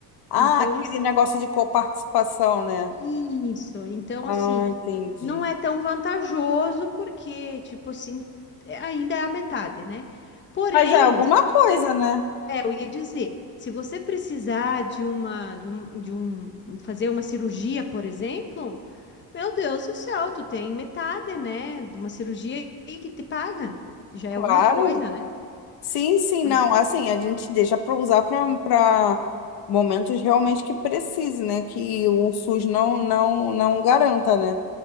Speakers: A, on the left; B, on the left.
A: Ah,
B: Então,
A: aquele
B: assim,
A: negócio de coparticipação, né?
B: isso. Então,
A: Ah,
B: assim,
A: entendi.
B: não é tão vantajoso porque, tipo assim, é- ainda é a metade, né? Porém,
A: Mas já é alguma
B: se
A: coisa,
B: você nece-
A: né?
B: é, eu ia dizer, se você precisar de uma, de um, de um, fazer uma cirurgia, por exemplo, meu Deus do céu, tu tem metade, né, de uma cirurgia aí que te paga. Já
A: Claro.
B: é alguma coisa, né?
A: Sim, sim,
B: É.
A: não. Assim, a gente deixa para usar para momentos realmente que precise, né? Que o SUS não, não, não garanta, né?